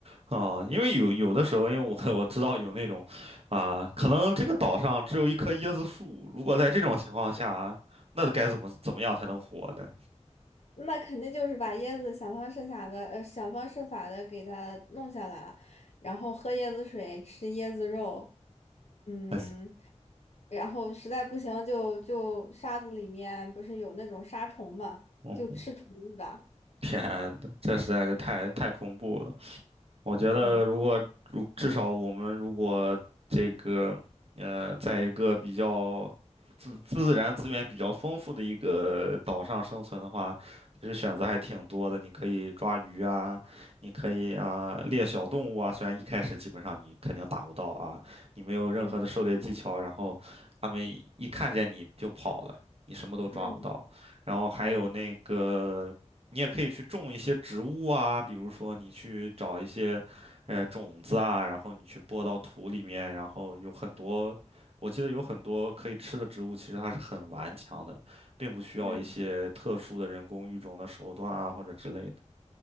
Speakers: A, on the right (about 55°); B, on the left (about 65°).
A: 啊、因为有有的时候，因为我我知道有那种，啊、可能这个岛上只有一棵椰子树，如果在这种情况下，那该怎么怎么样才能活呢？
B: 那肯定就是把椰子想方设法的，呃，想方设法的给它弄下来啊，然后喝椰子水，吃椰子肉，嗯。
A: 哎，
B: 然后实在不行就就沙子里面不是有那种沙虫嘛，
A: 嗯，
B: 就吃虫子吧。
A: 天呐，这实在是太太恐怖了。我觉得如果如至少我们如果这个呃，
B: 嗯
A: 在一个比较自自然资源比较丰富的一个岛上生存的话，其实选择还挺多的。你可以抓鱼啊，你可以啊猎小动物啊，虽然一开始基本上你肯定打不到啊，你没有任何的狩猎技巧，
B: 嗯
A: 然后他们一看见你就跑了，你什么都抓不到。
B: 嗯
A: 然后还有那个。
B: 嗯
A: 你也可以去种一些植物啊，比如说你去找一些，呃，种子啊，然后你去播到土里面，然后有很多，我记得有很多可以吃的植物，其实它是很顽强的，并不需要一些特殊的人工育种的手段啊或者之类的。
B: 嗯